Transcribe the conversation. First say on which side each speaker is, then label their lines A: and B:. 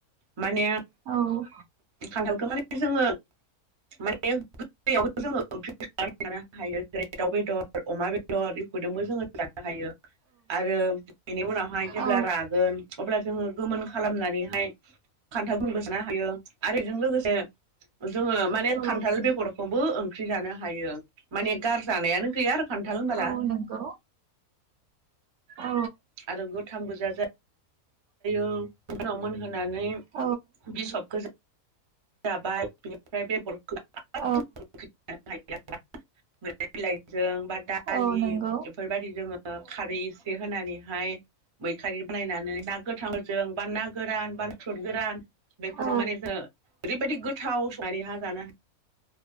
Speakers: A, on the right; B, on the right.
A: माने
B: औ औ।
A: खान्थालखौ माने जोंङो माने बे गोरलैआव जोंङो ओंख्रि <unintelligible> जानो हायो जेरै दाउ बेदर अमा बेदर बेफोरजोंबो जोंङो जानो हायो आरो बेनि उनावहाय जेब्ला
B: औ
A: रागोन अब्ला जोङो गोमोन खालामनानैहाय खान्थालफोरबो जानो हायो। आरो बेजों लोगोसे जोङो माने
B: औ
A: खान्थाल बेगरखौबो ओंख्रि जानो हायो। माने गार जानायानो गैया आर खान्थाल होनबोला
B: औ नंगौ औ
A: आरो गोथांबो जाजायो। आमफायो उनाव मोनहोनानै
B: औ
A: बिखबखौ जाबाय, बेनिफ्राय बेगरखौ <unintelligible>
B: औ
A: <unintelligible> लाइ बिलाइ जों बा दालि
B: औ नंगौ
A: बेफोरबायदि जोङो ओ खारै एसे होनानैहाय मैखारि बानायनानै ना गोथांफोर जों बा ना गोरान, बा नाथुर गोरान बेफोरजों
B: औ
A: माने जों ओरैबादि गोथाव संनानै हा जानो